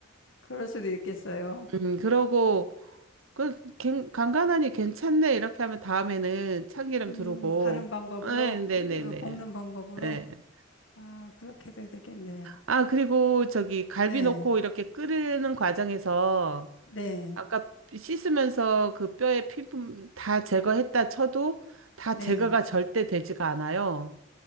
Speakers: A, on the left (about 65°); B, on the right (about 75°).
A: 그럴 수도 있겠어요.
B: 음, 그러고, 그, 갱- 간간하니 괜찮네. 이렇게 하면 다음에는 참기름
A: 음,
B: 두르고,
A: 다른 방법으로,
B: 네, 네,
A: 그,
B: 네, 네.
A: 볶는 방법으로.
B: 네.
A: 아, 그렇게 도 되겠네.
B: 아, 그리고 저기 갈비
A: 네,
B: 넣고 이렇게 끓이는 과정에서
A: 네,
B: 아까 씻으면서 그 뼈에 피부 다 제거했다 쳐도 다
A: 네.
B: 제거가 절대 되지가 않아요.